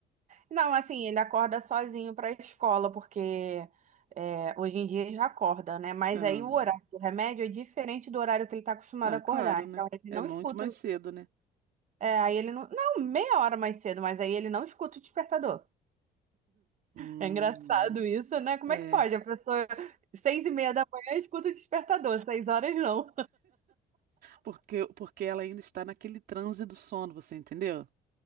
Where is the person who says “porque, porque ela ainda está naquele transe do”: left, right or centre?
Right